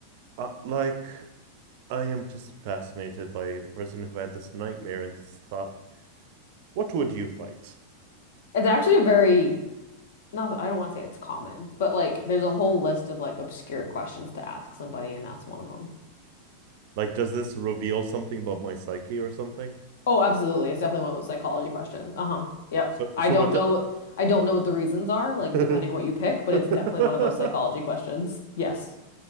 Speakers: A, on the right; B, on the left.
A: Uh, like, I am just fascinated by the person who had this nightmare and this thought, what would you fight?
B: It's actually a very, not, I don't want to say it's common, but like there's a whole list of like obscure questions to ask somebody, and that's one of them.
A: Like, does this reveal something about my psyche or something?
B: Oh, absolutely. It's definitely one of those psychology questions. Uh-huh. Yep.
A: So,
B: I
A: so
B: don't
A: what?
B: know I don't know what the reasons are, like
A: Do-
B: depending on what you pick, but
A: <laughs>
B: it's definitely one of those psychology
A: <laughs>
B: questions. Yes.